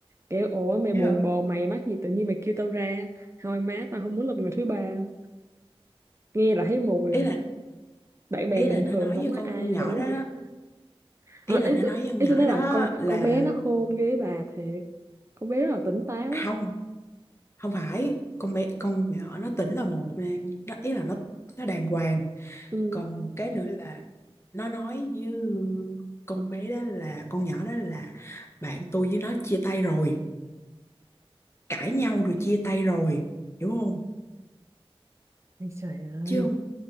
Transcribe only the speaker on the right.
Kiểu ủa mày
buồn bồ mày mắc gì tự nhiên mày kêu tao ra. Thôi má tao không muốn làm người thứ ba. Nghe là thấy mùi rồi.
Bạn bè
bình
thường
không
có
ai
rủ
gì
hết. Ờ,
ý
tôi
ý
tôi nói
là con
con bé nó khôn ghê bà thiệt. Con bé rất là tỉnh táo.
Ừ.
Ây Trời ơi.